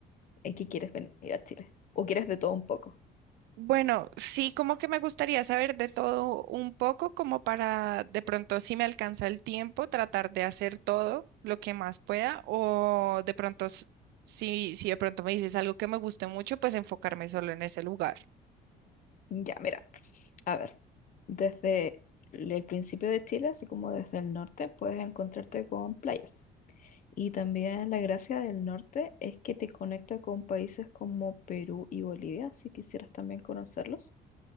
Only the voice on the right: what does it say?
Bueno, sí, como que me gustaría saber de todo un poco, como para de pronto, si me alcanza el tiempo, tratar de hacer todo lo que más pueda, o de pronto, s- si, si de pronto me dices algo que me guste mucho, pues enfocarme solo en ese lugar.